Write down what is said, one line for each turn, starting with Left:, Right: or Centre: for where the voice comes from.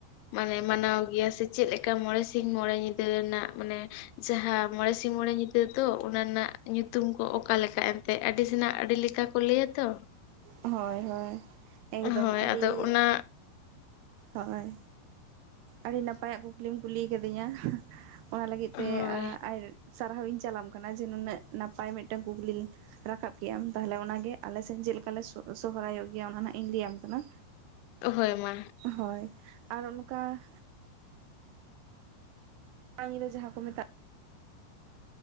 Left: ᱢᱟᱱᱮ ᱢᱟᱱᱟᱣ ᱜᱮᱭᱟ ᱥᱮ ᱪᱮᱫ ᱞᱮᱠᱟ ᱢᱚᱬᱮ ᱥᱤᱧ ᱢᱚᱬᱮ ᱧᱤᱫᱟᱹ ᱨᱮᱱᱟᱜ ᱢᱟᱱᱮ ᱡᱟᱦᱟᱸ ᱢᱚᱬᱮ ᱥᱤᱧ ᱢᱚᱬᱮ ᱧᱤᱫᱟᱹ ᱛᱚ ᱚᱱᱟ ᱨᱮᱱᱟᱜ ᱧᱩᱛᱩᱢ ᱠᱚ ᱚᱠᱟᱞᱠᱟ ᱮᱱ- ᱛᱮ, ᱟᱹᱰᱤ ᱥᱮᱱᱟᱜ ᱟᱹᱰᱤ ᱞᱮᱠᱟ ᱠᱚ ᱞᱮᱭᱟ ᱛᱚ᱾
Right: ᱦᱚᱭ ᱦᱚᱭ ᱮᱠᱫᱚᱢ
Left: ᱦᱳᱭ
Right: ᱟᱹᱰᱤ
Left: ᱟᱫᱚ ᱚᱱᱟ
Right: ᱦᱚᱜᱼᱚᱭ ᱟᱹᱰᱤ ᱱᱟᱯᱟᱭᱟᱜ ᱠᱩᱠᱞᱤᱢ ᱠᱩᱞᱤ ᱠᱟᱫᱤᱧᱟ᱾ ᱚᱱᱟ ᱞᱟᱹᱜᱤᱫ ᱛᱮ
Left: ᱦᱳᱭ
Right: ᱟᱼᱟᱭ ᱥᱟᱨᱦᱟᱣᱤᱧ ᱪᱟᱞᱟᱢ ᱟᱠᱟᱱᱟ ᱡᱮ ᱱᱩᱱᱟᱹᱜ ᱱᱟᱯᱟᱭ ᱢᱤᱫᱴᱟᱹᱝ ᱠᱩᱠᱞᱤ ᱨᱟᱠᱟᱵ ᱠᱮᱜᱼᱟᱢ ᱛᱟᱦᱞᱮ ᱚᱱᱟᱜᱮ ᱟᱞᱮ ᱥᱮᱱ ᱪᱮᱫ ᱞᱮᱠᱟᱞᱮ ᱥᱚᱜᱼᱥᱚᱦᱚᱨᱟᱭᱚᱜ ᱜᱮᱭᱟ ᱚᱱᱟ ᱱᱟᱜ ᱤᱧ ᱞᱟᱹᱭᱟᱢ ᱠᱟᱱᱟ
Left: ᱚᱼᱦᱳᱭ ᱢᱟ᱾
Right: ᱦᱚᱭ ᱟᱨ ᱚᱱᱠᱟ ᱠᱟᱢᱤᱨᱮ ᱡᱟᱦᱟᱸ ᱠᱚ ᱢᱮᱛᱟᱜ᱾